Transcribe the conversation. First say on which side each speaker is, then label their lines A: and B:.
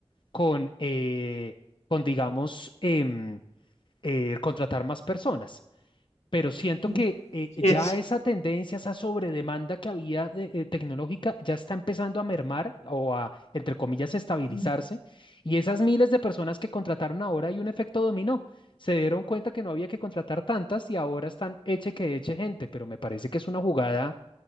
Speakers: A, on the left (about 50°); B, on the left (about 85°).
A: con, eh, con digamos, em, eh, contratar más personas. Pero siento
B: Mm,
A: que eh, ya
B: Yes.
A: esa tendencia, esa sobredemanda que había de- eh, tecnológica, ya está empezando a mermar o a, entre comillas, estabilizarse.
B: mm.
A: Y esas miles de personas que contrataron ahora hay un efecto dominó. Se dieron cuenta que no había que contratar tantas y ahora están eche que eche gente, pero me parece que es una jugada